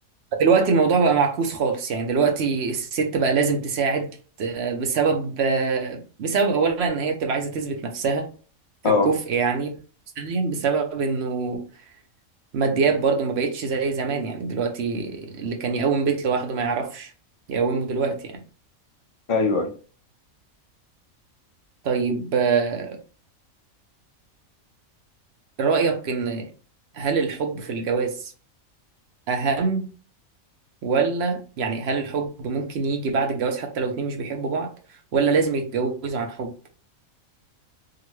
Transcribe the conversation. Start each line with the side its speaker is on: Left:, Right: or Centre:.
Right: دلوقتي الموضوع بقى معكوس خالص يعني دلوقتي الست بقى لازم تساعد آه، بسبب آه، بسبب اولا ان هي بتبقى عايزه تثبت نفسها ككفء
Left: اه
Right: يعني ثانيا بسبب انه ماديات برضه ما بقتش زي زمان يعني دلوقتي اللي كان يقوم بيت لوحده ما يعرفش يقومه دلوقتي يعني
Left: ايوه ايوه
Right: طيب آه، رأيك ان هل الحب في الجواز اهم ولا يعني هل الحب ممكن يجي بعد الجواز حتى لو اتنين مش بيحبوا بعض ولا لازم يتجوزوا عن حب